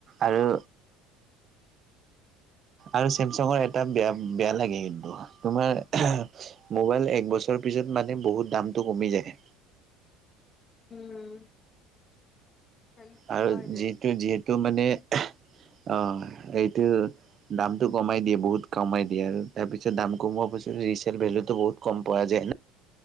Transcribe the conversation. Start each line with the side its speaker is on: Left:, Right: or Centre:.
Right: আৰু আৰু চেমচাঙৰ এটা বেয়া- বেয়া লাগে কিন্তু, তোমাৰ মোবাইল একবছৰৰ পিছত মানে বহুত দামতটো কমি যায়।
Left: উম। ভেলু
Right: আৰু
Left: নোহোৱা হৈ যায়
Right: যিটো, যিহেতু মানে অ, এইটো দামতটো কমাই দিয়ে, বহুত কমাই দিয়ে আৰু তাৰ পিছত দাম কমোৱাৰ পিছত ৰিচেল ভেলুটো বহুত কম পোৱা যায়।